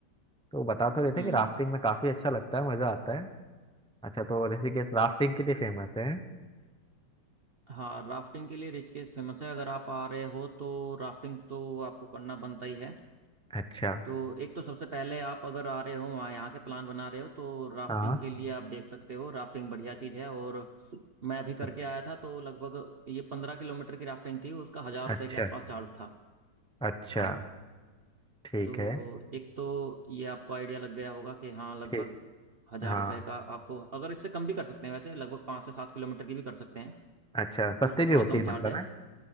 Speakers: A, in the centre; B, on the right.
A: तो बता तो रहे थे
B: हम्म
A: कि राफ्टिंग में काफी अच्छा लगता है मजा आता है अच्छा तो ऋषिकेश राफ्टिंग के लिए फेमस है
B: हाँ राफ्टिंग के लिए ऋषिकेश फेमस है अगर आप आ रहे हो तो राफ्टिंग तो आपको करना बनता ही है
A: अच्छा
B: तो एक तो सबसे पहले आप अगर आ रहे हो वहाँ यहाँ के प्लान बना रहे हो तो राफ्टिंग
A: हाँ
B: के लिए आप देख सकते हो राफ्टिंग बढ़िया चीज़ है और मैं अभी करके
A: अच्छा
B: आया था तो लगभग ये पंद्रह किलोमीटर की राफ्टिंग थी उसका हजार रुपये
A: अच्छा
B: के आसपास चार्ज था
A: अच्छा
B: हाँ
A: ठीक
B: तो
A: है
B: एक तो ये आपको आइडिया लग गया होगा कि हाँ लगभग
A: ठीक
B: हजार
A: हाँ
B: रुपये का आपको अगर इससे कम भी कर सकते हैं वैसे लगभग पाँच से सात किलोमीटर की भी कर सकते हैं
A: अच्छा सस्ती
B: उसका
A: भी
B: थोड़ा
A: होती
B: कम
A: है मतलब
B: चार्ज है
A: है